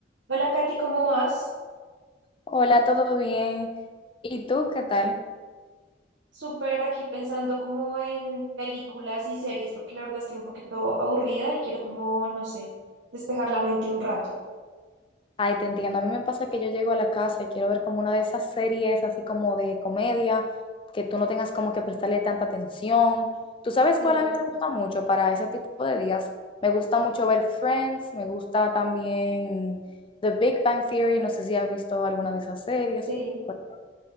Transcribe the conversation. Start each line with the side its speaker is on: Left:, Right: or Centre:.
Right: Hola Katy, ¿cómo vas?
Left: Hola, ¿todo bien? ¿Y tú qué tal?
Right: Súper aquí pensando como en películas y series porque la verdad estoy un poquito aburrida y quiero como, no sé, despejar la mente un rato.
Left: Ay, te entiendo. A mí me pasa que yo llego a la casa y quiero ver como una de esas series así como de comedia, que tú no tengas como que prestarle tanta atención. ¿Tú sabes
Right: Sí,
Left: cuál a mí me gusta mucho para ese tipo de días? Me gusta mucho ver Friends, me gusta también The Big Bang Theory, no sé si has visto alguna de esas series.
Right: sí.
Left: Bueno,